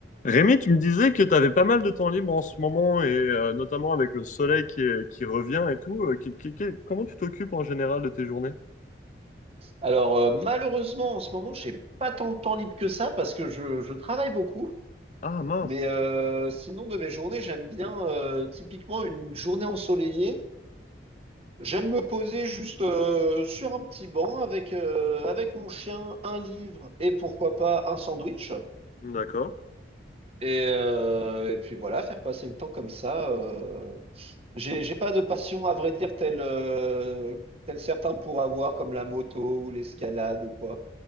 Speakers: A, on the left; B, on the right.
A: Rémi, tu me disais que tu avais pas mal de temps libre en ce moment, et euh, notamment avec le soleil qui, est- qui revient et tout. euh, qui- qui- qui- comment tu t'occupes en général de tes journées?
B: Alors, euh, malheureusement, en ce moment, j'ai pas tant de temps libre que ça parce que je, je travaille beaucoup.
A: Ah mince.
B: Mais euh, sinon, de mes journées, j'aime bien euh, typiquement une journée ensoleillée. J'aime me poser juste euh, sur un petit banc avec, euh, avec mon chien, un livre et pourquoi pas un sandwich.
A: D'accord.
B: Et, euh, et puis voilà, faire passer le temps comme ça. euh, J'ai j'ai pas de passion, à vrai dire, telle, euh, telle certains pour avoir, comme la moto ou l'escalade ou quoi.